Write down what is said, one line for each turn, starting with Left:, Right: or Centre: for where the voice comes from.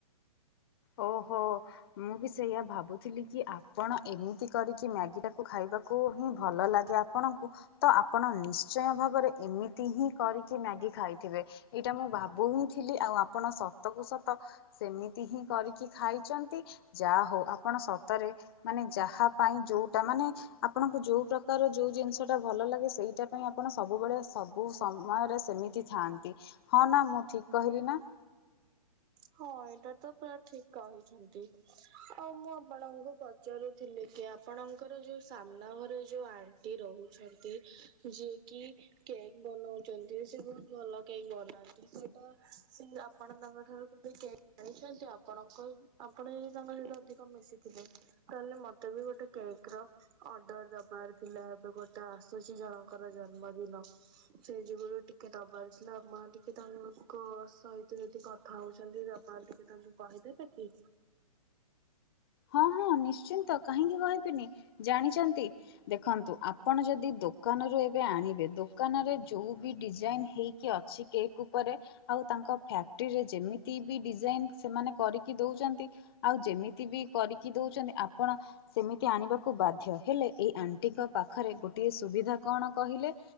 Left: ଓହୋ ମୁଁ ବି ସେଇଆ ଭାବୁଥିଲି କି ଆପଣ ଏମିତି କରିକି ମ୍ୟାଗି ଟାକୁ ଖାଇବାକୁ ହିଁ ଭଲ ଲାଗେ ଆପଣଙ୍କୁ ତ ଆପଣ ନିଶ୍ଚୟ ଭାବରେ ଏମିତି ହିଁ କରିକି ମ୍ୟାଗି ଖାଇଥିବେ? ଏଇଟା ମୁଁ ଭାବୁ ହିଁ ଥିଲି ଆଉ ଆପଣ ସତ କୁ ସତ ସେମିତି ହିଁ କରିକି ଖାଇଚନ୍ତି। ଯା ହଉ ଆପଣ ସତରେ ମାନେ ଯାହା ପାଇଁ ଯୋଉଟା ମାନେ ଆପଣଙ୍କୁ ଯୋଉ ପ୍ରକାର ଯୋଉ ଜିନିଷ ଟା ଭଲ ଲାଗେ ସେଇଟା ପାଇଁ ଆପଣ ସବୁବେଳେ ସବୁ ସମୟରେ ଏମିତି ଥାନ୍ତି ହଁ, ନା ମୁଁ ଠିକ୍ କହିଲି ନା?
Right: ହଁ, ଏଇଟା ତ ପୁରା ଠିକ କହିଛନ୍ତି। ଆଉ ମୁଁ ଆପଣଙ୍କୁ ପଚାରୁଥିଲି? କି ଆପଣଙ୍କର ଯୋଉ ସାମ୍ନା ଘରେ ଯୋଉ ଆଣ୍ଟି ରହୁଛନ୍ତି ଯିଏ କି କେକ୍ ବନଉଚନ୍ତି। ସେ ବହୁତ ଭଲ କେକ୍ ବନାନ୍ତି। ସେଇଟା ସିଏ ଆପଣ ତାଙ୍କ ଠାରୁ କେକ୍ ଜାଣିଛନ୍ତି ଆପଣଙ୍କ ଆପଣ ହିଁ ତାଙ୍କ ସହିତ ଅଧିକ ମିଶିଥିବେ ତାହେଲେ ମତେ ମୁଁ ଗୋଟେ କେକ୍ ର ଅର୍ଡର ଦବାର ଥିଲା। ଏବେ ଗୋଟେ ଆସୁଛି ଜଣଙ୍କର ଜନ୍ମଦିନ। ସେ ଯୋଗରୁ ଟିକେ ଦବାରଥିଲା ଆ ମା ଟିକେ ତାଙ୍କକ ସହିତ ଯଦି କଥା ହଉ ଛନ୍ତି ଯୋଉ ଆପଣ ଟିକେ ତାଙ୍କୁ କହିଦେବେ କି?
Left: ହଁ, ହଁ ନିଶ୍ଚିନ୍ତ କାହିଁକି କହିବିନି ଜାଣିଚନ୍ତି ଦେଖନ୍ତୁ ଆପ୍ ଆପଣ ଯଦି ଦୋକାନରୁ ଏବେ ଆଣିବେ ଦୋକାନରେ ଯୋଉ ବି ଡିଜାଇନ ହେଇକି ଅଛି କେକ୍ ଉପରେ ରେ ଆଉ ତାଙ୍କ ଫ୍ୟା କ୍ଟିରେ ଯେମିତି ବି ଡିଜାଇନ ସେମାନେ କରିକି ଦଉଚନ୍ତି ଆଉ ଯେମିତି ବି କରିକି ଦଉଚନ୍ତି ଆପଣ ସେମିତି ଆଣିବାକୁ ବାଧ୍ୟ, ହେଲେ ଏଇ ଆଣ୍ଟିଙ୍କ ପାଖରେ ଗୋଟିଏ ସୁବିଧା କଣ କହି ହିଲେ